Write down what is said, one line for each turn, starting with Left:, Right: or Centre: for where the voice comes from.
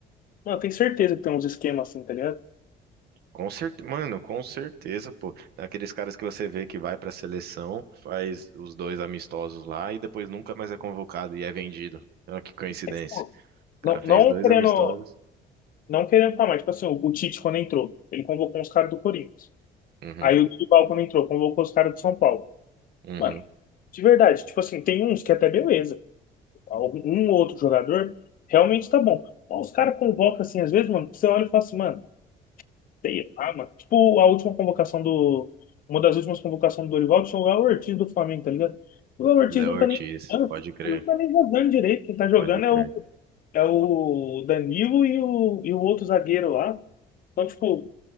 Left: Mano, eu tenho certeza que tem uns esquemas assim, tá ligado?
Right: com certeza, mano, com certeza, pô. Aqueles caras que você vê que vai pra seleção, faz os dois amistosos lá e depois nunca mais é convocado e é vendido. Olha que coincidência.
Left: É tipo,
Right: O cara
Left: não,
Right: fez
Left: não
Right: dois
Left: querendo,
Right: amistosos.
Left: não querendo tá mais, tipo assim, o, o Tite quando entrou, ele convocou uns caras do Corinthians.
Right: Uhum,
Left: Aí o Dorival quando entrou, convocou os caras do São Paulo.
Right: uhum.
Left: Mano, de verdade, tipo assim, tem uns que é até beleza. Um ou outro jogador realmente tá bom. Mas os caras convocam assim, às vezes, mano, que você olha e fala assim, mano. Sei lá, mano. Tipo, a última convocação do. Uma das últimas convocações do Dorival tinha o Léo Ortiz do Flamengo, tá ligado? O Léo Ortiz
Right: Léo
Left: não
Right: Ortiz,
Left: tá nem jogando,
Right: pode crer,
Left: não tá nem jogando direito. Quem tá jogando
Right: pode crer.
Left: é o, é o Danilo e o, e o outro zagueiro lá. Então, tipo,